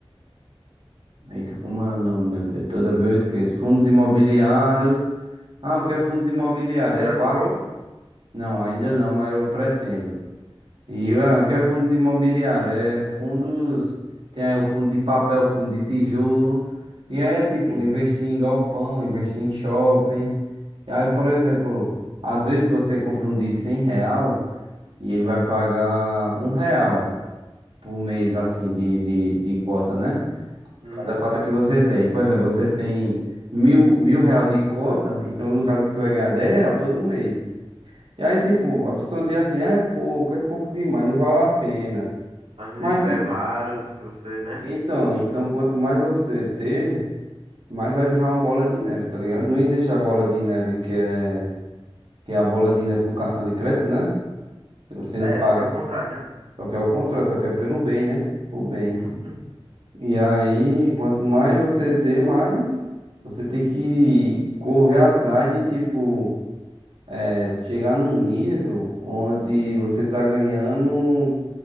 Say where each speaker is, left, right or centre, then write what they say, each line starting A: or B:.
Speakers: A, on the right (about 60°); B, on the right (about 85°).
A: Eita, como é o nome, meu Deus? Toda vez eu esqueço. Fundos imobiliários. Ah, o que é fundos imobiliários?
B: Você
A: É
B: já
A: parte?
B: comprou?
A: Não, ainda não, mas eu pretendo. E ah, o que é fundo de imobiliário? É fundos. Tem aí o fundo de papel, fundo de tijolo. E aí é tipo,
B: Sim,
A: investir
B: sim.
A: em galpão, investir em shopping. E aí, por exemplo, às vezes você compra um de 100 real e ele vai pagar um real por mês, assim, de, de, de cota, né?
B: Uhum.
A: Cada cota que você tem. Por exemplo, você tem mil, mil real de cota, então no caso você vai ganhar 10 real todo mês. E aí, tipo, a pessoa diz assim, ah, é pouco, é pouco demais, não vale a pena.
B: Mas se
A: Mas,
B: você tiver
A: ti-
B: vários, se você, né?
A: então, então quanto mais você ter, mais vai virar uma bola de neve, tá ligado? Não existe a bola de neve que é, que é a bola de neve do cartão de crédito, né? Se você
B: É,
A: não paga,
B: só que é o contrário, né?
A: só que é o contrário, só que é pelo bem, né? Por bem.
B: <laughs>
A: E aí, quanto mais você ter, mais você tem que correr atrás de, tipo, é, chegar num nível onde você tá ganhando,